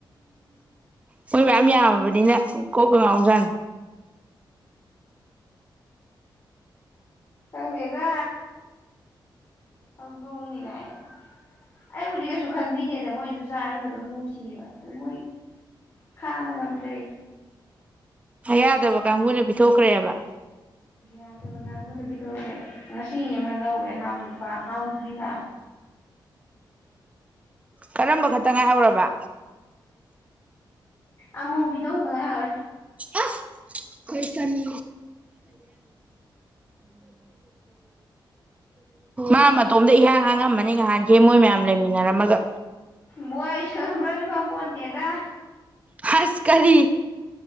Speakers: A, on the right (about 15°); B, on the left (about 35°).
A: ꯃꯣꯏ ꯃꯌꯥꯝ ꯌꯥꯝꯃꯕꯅꯤꯅ ꯀꯣꯛꯄ ꯉꯥꯎꯖꯥꯟꯅꯤ
B: ꯈꯪꯗꯦꯗ ꯍꯧꯗꯣꯡꯅꯤ ꯀꯥꯏꯅ ꯑꯩꯕꯨꯗꯤ ꯀꯩꯁꯨ ꯈꯟꯕꯤꯅꯦꯗ ꯃꯣꯏꯗꯨ ꯆꯥꯔꯁꯨ ꯑꯗꯨꯝ ꯅꯨꯡꯁꯤ ꯊꯤꯕ ꯑꯗꯨ ꯃꯣꯏ ꯈꯥꯡꯕ ꯉꯝꯇ꯭ꯔꯦ
A: ꯌꯥꯗꯕ ꯀꯥꯡꯕꯨꯅ ꯄꯤꯊꯣꯛꯈ꯭ꯔꯦꯕ
B: ꯌꯥꯗꯕꯒ ꯑꯩꯉꯣꯟꯅ ꯄꯤꯊꯣꯛꯈ꯭ꯔꯦꯕ ꯉꯁꯤ ꯑꯃ ꯂꯧꯈꯔꯦ ꯍꯥꯎ ꯅꯨꯄꯥ ꯍꯥꯎ ꯅꯨ ꯏꯃ
A: ꯀꯔꯝꯕ ꯈꯛꯇ ꯉꯥꯏꯍꯧꯔꯕ
B: ꯑꯃꯃꯨꯕꯤꯗꯣ ꯉꯥꯏ ꯍꯥꯏꯥꯎꯔꯦ
A: ꯑ ꯐꯣꯏ ꯇꯅ ꯎ ꯑꯇꯣꯝꯗ ꯏꯍꯥꯡ ꯍꯥꯡꯉꯝꯃꯅꯤ ꯉꯍꯥꯟꯁꯦ ꯃꯣꯏ ꯃꯌꯥꯝ ꯂꯩꯃꯤꯟꯅꯔꯝꯃꯒ
B: ꯕꯣꯏ ꯑꯩꯁꯨꯕ꯭ꯔꯁꯨ ꯈꯪ ꯄꯣꯟꯇꯦꯗ
A: ꯈꯥꯁ ꯀꯔꯤ